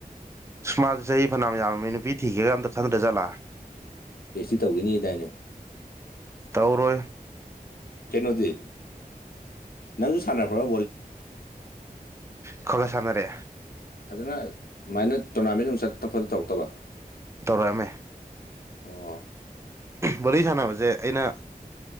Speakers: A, on the right; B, on the left.
A: ꯁꯨꯃꯥꯖ ꯆꯍꯤ ꯐꯅ ꯌꯥꯝ ꯃꯤ ꯅꯨꯄꯤ ꯊꯤꯒꯦꯒ ꯑꯝꯇ ꯈꯟꯗ ꯆꯠꯂ
B: ꯄꯤ ꯍꯩꯁ ꯇꯤ ꯇꯧꯈꯤꯅꯤꯗꯥꯏꯅ
A: ꯇꯧꯔꯣ
B: ꯀꯩꯅꯗꯤ ꯅꯪꯁꯨ ꯁꯥꯟꯅꯔꯄꯔꯣ
A: ꯈꯔ ꯈꯔ ꯁꯥꯟꯅꯔꯛꯑꯦ
B: ꯐꯗꯅ ꯃꯥꯏꯅ ꯇꯣꯔꯅꯥꯃꯦꯟ ꯅꯨꯡ ꯆ ꯈꯣꯠꯇ ꯊꯣꯛꯧꯇꯕ
A: ꯇꯔꯛꯃꯦ
B: ꯑꯣ
A: ꯕꯣꯂꯤ ꯁꯥꯟꯅꯕꯁꯦ ꯑꯩꯅ